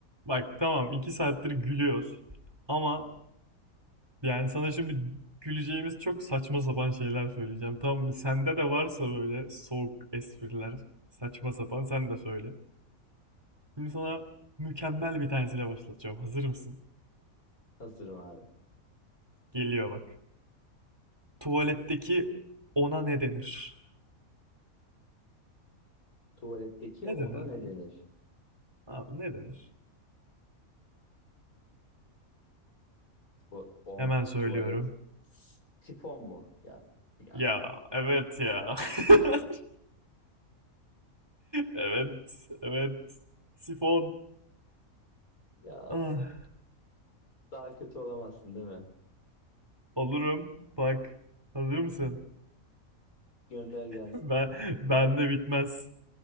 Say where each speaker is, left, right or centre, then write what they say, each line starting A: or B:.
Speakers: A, on the right (about 15°); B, on the left (about 80°).
A: Bak tamam 2 saattir gülüyoruz. Ama yani sana şimdi güleceğimiz çok saçma sapan şeyler söyleyeceğim. Tamam mı? Sende de varsa böyle soğuk espriler, saçma sapan sen de söyle. Şimdi sana mükemmel bir tanesiyle başlatacağım. Hazır mısın?
B: Hazırım abi.
A: Geliyor bak. Tuvaletteki ona ne denir?
B: Tuvaletteki
A: Ne
B: ona
A: denir
B: ne
A: abi?
B: denir?
A: Abi ne denir?
B: Bu on,
A: Hemen söylüyorum.
B: tuvalet. Sifon mu? Ya, ya,
A: Ya evet ya. <laughs>
B: <laughs>
A: Evet, evet. Sifon.
B: ya
A: Ah.
B: daha kötü olamazsın değil mi?
A: Olurum. Bak. Hazır mısın? <laughs>
B: Gönder gelsin.
A: Ben bende bitmez.